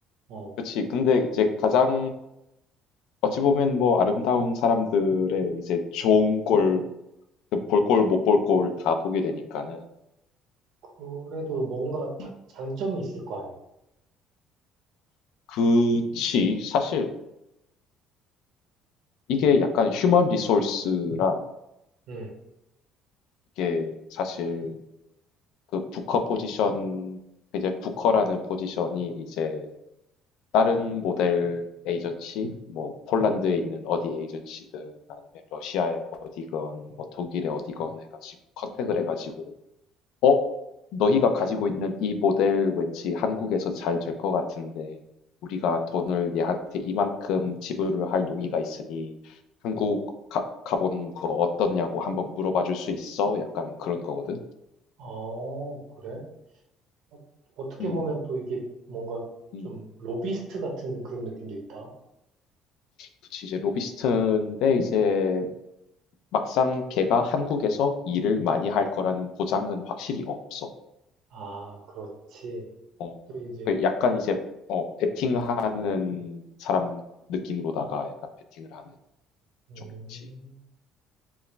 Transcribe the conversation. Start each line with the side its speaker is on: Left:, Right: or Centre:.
Right: 어.
Left: 그렇지. 근데 이제 가장, 어찌 보면 뭐 아름다운 사람들의 이제 좋은 꼴, 그볼 꼴, 못 볼 꼴 다 보게 되니까는.
Right: 그래도 뭔가 다-
Left: 음,
Right: 장점이 있을 거 아니야.
Left: 그치. 사실 이게 약간 휴먼 리소스랑
Right: 응.
Left: 이게 사실 그 부커 포지션, 이제 부커라는 포지션이 이제 다른 모델 에이전시, 뭐 폴란드에 있는 어디 에이전시든 아니면 러시아의 어디건 뭐 독일의 어디건 해가지고 컨택을 해가지고 어? 너희가 가지고 있는 이 모델 왠지 한국에서 잘 될 것 같은데 우리가 돈을 얘한테 이만큼 지불을 할 용의가 있으니 한국 가, 가보는 거 어떻냐고 한번 물어봐 줄 수 있어? 약간 그런 거거든.
Right: 어, 그래? 어, 어떻게
Left: 음,
Right: 보면 또 이게 뭔가
Left: 음.
Right: 좀 로비스트 같은 그런 느낌도 있다.
Left: 그치, 이제 로비스트인데 이제 막상 걔가 한국에서 일을 많이 할 거라는 보장은 확실히 없어.
Right: 아, 그렇지.
Left: 어,
Right: 또 이제,
Left: 그 약간 이제 어, 베팅하는 사람 느낌으로다가 약간 베팅을 하는
Right: 음,
Left: 좀 있지.